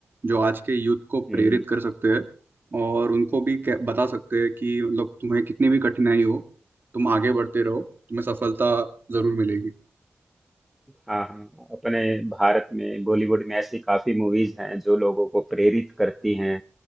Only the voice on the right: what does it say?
जो आज के यूथ को
प्रेरित कर सकते हैं और उनको भी कह- बता सकते हैं कि मतलब तुम्हें कितनी भी कठिनाई हो तुम आगे बढ़ते रहो तुम्हें सफलता जरूर मिलेगी